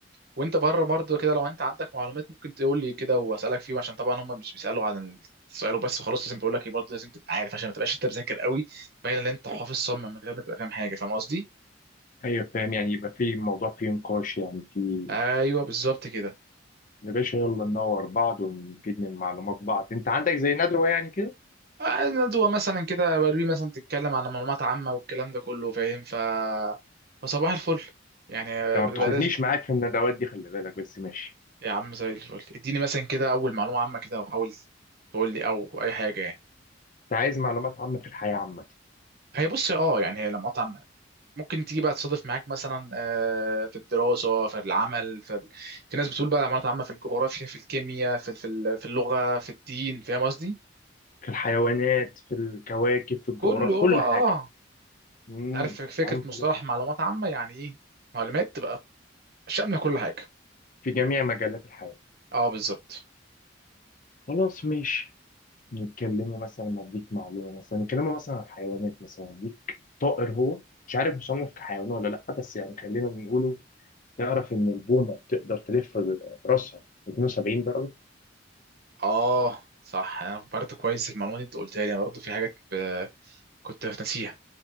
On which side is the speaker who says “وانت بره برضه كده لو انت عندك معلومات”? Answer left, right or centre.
Right